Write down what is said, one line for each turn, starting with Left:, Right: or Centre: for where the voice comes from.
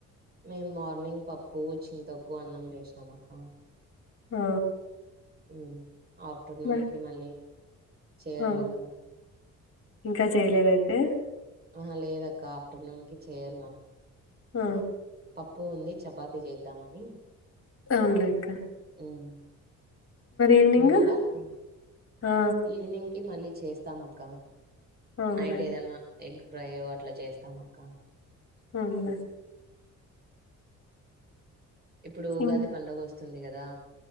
Right: మేమ్ మార్నింగ్ పప్పు చింతొక్కు అన్నం చేశినాం అక్క
Left: ఆ
Right: ఉమ్ ఆఫ్టర్నూన్
Left: మ-
Right: కి మళ్ళీ చేయాలక్క
Left: ఆ ఇంకా చేయలేద అయితే
Right: ఆహ లేదక్క ఆఫ్టర్నూన్ కి చేయ్యాల్ల
Left: ఆ
Right: పప్పు ఉంది చపాతి చేద్దామని
Left: అవున్లేక్క
Right: ఉమ్
Left: ఈవినింగ్
Right: తిన్నారాక్క
Left: ఆ
Right: ఈవినింగ్ కి మళ్ళీ చేస్తాం అక్క
Left: అవునులే
Right: నైట్ ఏదన్నా ఎగ్ ఫ్రైయో అట్లా చేస్తాం అక్క
Left: అవునా
Right: ఇప్పుడు ఉగాది
Left: ఇం-
Right: పండుగ వస్తుంది కదా